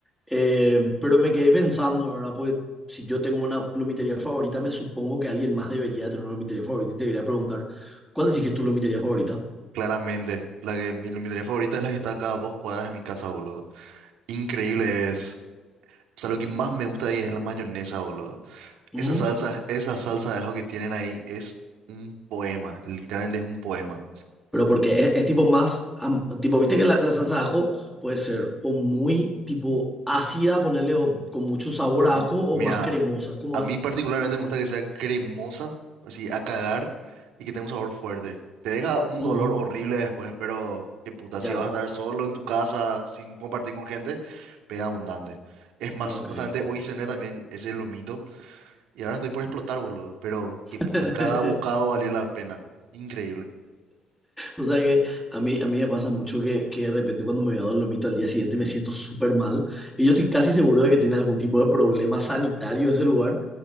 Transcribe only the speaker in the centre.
Eh, pero me quedé pensando, ¿verdad? Pues si yo tengo una lomitería favorita, me supongo que alguien más debería de tener una lomitería favorita y te debería preguntar, ¿cuál decís que es tu lomitería favorita?
Mm.
Pero porque es, es tipo más, am- tipo, viste que la, la salsa de ajo puede ser o muy tipo ácida, ponerle con mucho sabor a
ajo, o
más cremosa, ¿cómo
es?
Ujú,
Ya,
ok.
<laughs>
O sea que a mí, a mí me pasa mucho que, que de repente cuando me voy a Dolomito al día siguiente me siento súper mal y yo estoy casi seguro de que tiene algún tipo de problema sanitario ese lugar,